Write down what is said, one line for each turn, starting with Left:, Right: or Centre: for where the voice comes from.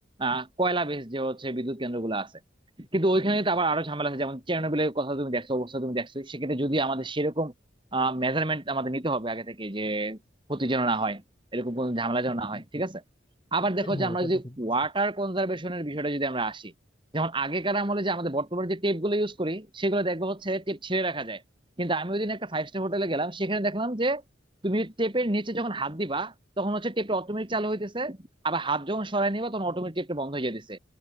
Right: আহ কয়লা বেস যে হচ্ছে বিদ্যুৎ কেন্দ্রগুলো আছে কিন্তু ওইখানে তো আবার আরো ঝামেলা আছে যেমন চেরনোবিলের কথা তুমি দেখছো অবস্থা তুমি দেখছো সেক্ষেত্রে যদি আমাদের সেরকম মেজারমেন্ট আমাদের নিতে হবে আগে থেকে যে ক্ষতি যেন না হয় এরকম কোনো ঝামেলা যেন না হয় ঠিক আছে আবার দেখো
Left: হ্যাঁ হ্যাঁ
Right: যে আমরা
Left: এটা
Right: যদি
Left: তো ঠিক বলছো
Right: ওয়াটার কনজারভেশনের বিষয়টা যদি আমরা আসি যেমন আগেকার আমলে যে আমাদের বর্তমানে যে টেপ গুলো ইউজ করি সেগুলো দেখবো হচ্ছে টেপ ছিঁড়ে রাখা যায় কিন্তু আমি ওই দিন একটা ফাইভ স্টার হোটেলে গেলাম সেখানে দেখলাম যে তুমি টেপের নিচে যখন হাত দিবা তখন হচ্ছে টেপটা অটোমেটিক চালু হইতেছে আবার হাত যখন সরায় নিবা তখন অটোমেটিক টেপটা বন্ধ হয়ে যেতেছে